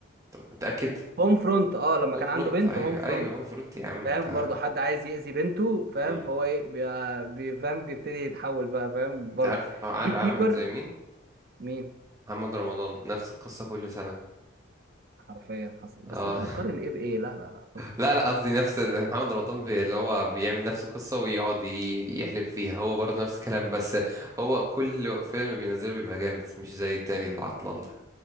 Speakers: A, on the right; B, on the right.
A: طب متأكد
B: هوم فرونت اه لما
A: هوم
B: كان
A: فرونت
B: عنده بنت
A: ايوه
B: هوم فرونت
A: ايوه هوم فرونت يا عم
B: فاهم
A: انت
B: برضه حد عايز يأذي بنته فاهم
A: مم.
B: فهو ايه بي- بي- فاهم بيبتدي يتحول بقى فاهم
A: انت
B: برضه
A: عارف آه، عارف
B: بي كيبر
A: عامل زي مين
B: مين
A: محمد رمضان نفس القصة كل سنة
B: حرفيا حصل
A: اه
B: بس انت بتقارن
A: <laughs>
B: ايه بايه لا لا لا فكر
A: لا لا قصدي نفس محمد رمضان بي- اللي هو بيعمل نفس القصة ويقعد ي- يحلب فيها هو برضه نفس الكلام بس هو كل فيلم بينزله بيبقى جامد مش زي التاني العطلان ده